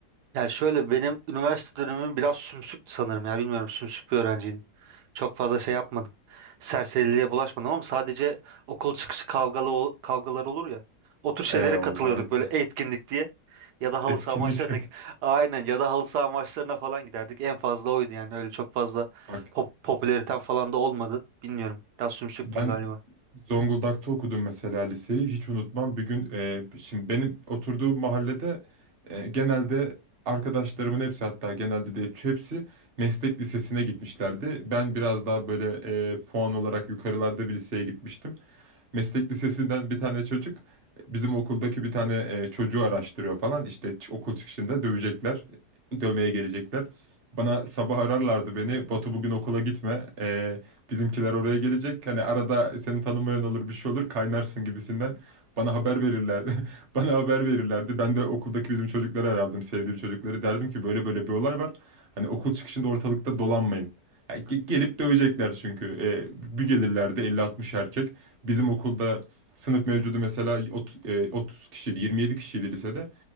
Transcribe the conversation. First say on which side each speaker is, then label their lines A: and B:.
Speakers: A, on the right; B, on the right.
A: Yani şöyle benim üniversite dönemim biraz sümsüktü sanırım ya bilmiyorum sümsük bir öğrenciydim. Çok fazla şey yapmadım. Serseriliğe bulaşmadım ama sadece okul çıkışı kavgalı ol- kavgalar olur ya. O tür şeylere
B: E,
A: katılıyorduk
B: o, evet.
A: böyle etkinlik diye. Ya da
B: <laughs>
A: halı
B: Etkinlik.
A: saha maçlarına <laughs> aynen ya da halı saha maçlarına falan giderdik. En fazla oydu yani öyle çok fazla
B: <laughs> Bak
A: pop popülaritem falan da olmadı. Bilmiyorum biraz sümsüktüm
B: ben
A: galiba.
B: Zonguldak'ta okudum mesela liseyi. Hiç unutmam. Bir gün e, şimdi benim oturduğum mahallede e, genelde arkadaşlarımın hepsi hatta genelde de hepsi meslek lisesine gitmişlerdi. Ben biraz daha böyle e, puan olarak yukarılarda bir liseye gitmiştim meslek lisesinden bir tane çocuk bizim okuldaki bir tane e, çocuğu araştırıyor falan. İşte ç- okul çıkışında dövecekler, dövmeye gelecekler. Bana sabah ararlardı beni. Batu bugün okula gitme. E, bizimkiler oraya gelecek. Hani arada seni tanımayan olur bir şey olur kaynarsın gibisinden. Bana haber verirlerdi. <laughs> Bana haber verirlerdi. Ben de okuldaki bizim çocukları arardım. Sevdiğim çocukları. Derdim ki böyle böyle bir olay var. Hani okul çıkışında ortalıkta dolanmayın. Yani ge- gelip dövecekler çünkü. E, bir gelirlerdi elli 60 erkek. Bizim okulda sınıf mevcudu mesela ot- e, 30 kişiydi, 27 kişiydi lisede.